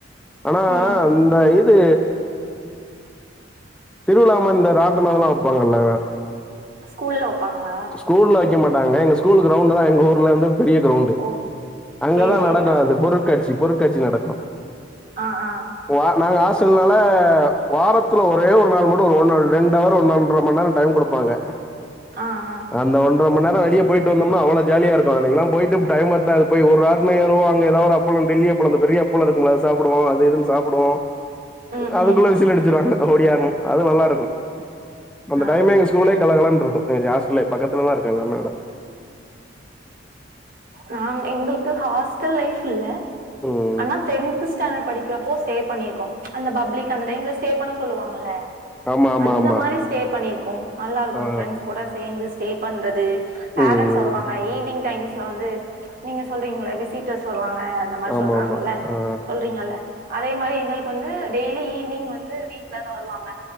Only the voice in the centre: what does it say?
ஆனா
அந்த இ இது திருவிழாமாரி இந்த ராட்டனமெல்லா வப்பாங்கல்ல
ஸ்கூல்ல வைக்க மாட்டாங்க எங்க ஸ்கூல் க்ரௌண்ட்தான் எங்க ஊர்லந்து பெரிய கிரௌண்ட் டு
அங்கதான்
நடக்கும்
அது பொருட்காட்சி பொருட்காட்சி நடக்கும்
வா நாங்க ஆஸ்டல்னால வாரத்துல ஒரே ஒரு நாள் மட்டும் ஒரு ரெண்டவர் ஒன்ர மணிநேரம் டைம் குடுப் பாங்க
அந்த ஒன்ற மணிநேரம் வெளிய போயிட்டு வந்தம்னா அவ்ள ஜாலியாயிருக்கும் அன்னைக்கெலாம் போய்ட்டு டைம் பத்தாது போய் ஒரு ராட்ன ஏறுவோ அங்க ஏதாவவொரு பளம் டெல்லியப்பளம் அந்த பெரிய அப்பளருக் கு சாப்புடுவோம் அது இதுன்னு சாப்புடுவோம்
அதுக்குள்ள
விசில் அடிச்சுருவாங்க ஒடியாரனு அது நல்லாருக்கும் அந்த
டைமே எங்க ஸ்கூலே கலகலன்னுருக்கும் இதே ஆஸ்ட்லே பக்கத்துலதாருக்கு எல்லாமே
ம்
ஆமா ஆமா
ஆமா
ஆ
ம்
ஆமா
ஆமா ஆ